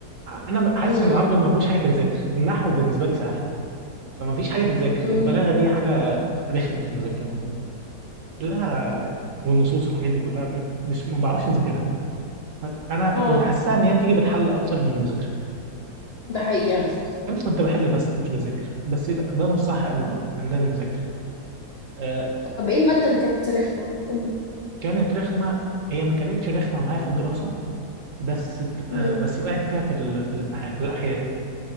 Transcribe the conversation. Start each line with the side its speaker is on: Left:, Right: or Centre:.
Right: انا حاسس
Left: امم
Right: ان العربي ما فيهوش حاجه تتذاكر النحو بالنسبه لي سهل فما فيش حاجه تتذاكر
Left: امم
Right: البلاغه دي حاجه رخمه في المذاكره كلها والنصوص والحاجات دي كلها م- مش ما بعرفش اذاكرها انا
Left: اه
Right: كنت حاسسها ان هي بتيجي بالحل اكتر من المذاكره
Left: ده حقيقي على فكرة
Right: انا كنت بحل بس ما كنتش بذاكر بس ده, ده مش صح قوي برضه انا لازم اذاكر آه،
Left: طب ايه المادة اللي كانت رخمة؟ قولي
Right: فكانت رخمه هي ما كانتش رخمه معايا في الدراسه بس ت- آه،
Left: مم.
Right: بس وقعت فيها في ال... في الامتحان لا هي